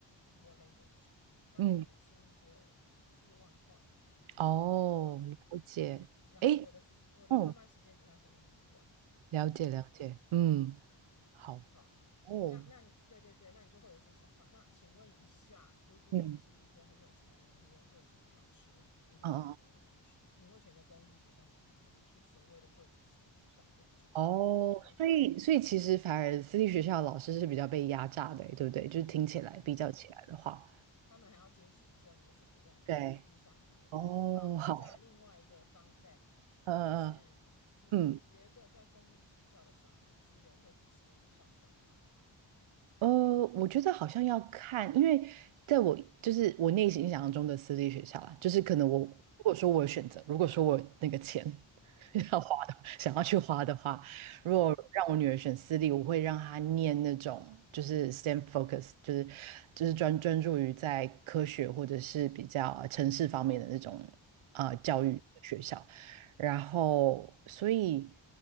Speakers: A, on the left; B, on the right.
A: w l Language，他的年薪只有四万块，
B: 嗯嗯，哦，
A: 好，
B: 了解，
A: 然后我的我的上班时间比他上班时间短，
B: 诶。哦了解了解，
A: 嗯，
B: 嗯，好，
A: 好，
B: 哦，
A: 那那对对对，那你就会有一些想法。那请问一下，如果你是一个很有才能、
B: 嗯
A: 很有热忱的老师，你会选择哪一个学？
B: 嗯嗯，
A: 你会选择公立学校系统，还是去所谓的贵族私立学校任教？
B: 哦，
A: 你觉得呢？
B: 所以所以其实反而私立学校的老师是比较被压榨的欸，对不对？就是听起来比较起来的话，
A: 嗯，他们还要兼行政，我是不用了，
B: 对，
A: 我就是上课而已。
B: 哦，
A: 好，那再来另外一个
B: 好，
A: fun fact，
B: <laughs> 嗯嗯
A: 就是你你觉得在公立学校的小孩资源会比私立学校少吗？
B: 嗯。嗯呃，我觉得好像要看，因为在我就是我内心想象中的私立学校啦，就是可能我如果说我有选择，
A: 嗯
B: 如果说我有那个钱 <laughs>
A: 嗯
B: 要花的，想要去花的话，
A: 嗯
B: 如果让我女儿选私立，我会让她念那种就是 STEM focus，就是就是专专注于在科学或者是比较呃城市方面的那种啊、呃教育的学校，
A: 嗯
B: 然后所以